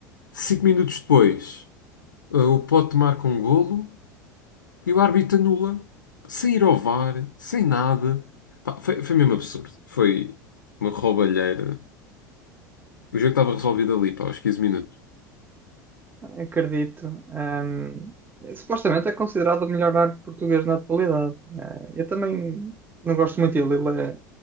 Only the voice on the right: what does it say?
Acredito. Ahm, supostamente é considerado o melhor arte português na atualidade. Eh, eu também não gosto muito dele. Ele é,